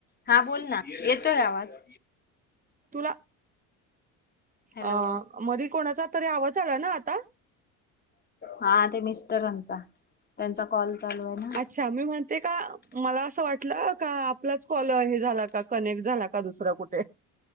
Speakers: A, on the left; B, on the right.
A: हा बोल ना येतोय आवाज.
B: तुला
A: हॅलो
B: अ मधे कोणाचा कोणाचा तरी आवाज आला ना आता.
A: हा ते मिस्टरांचा त्यांचा कॉल. चालू आहे ना
B: अच्छा मी म्हणते का मला असं वाटलं का आपलाच कॉल हे झाला का कनेक्ट झाला का दुसरा कुठे.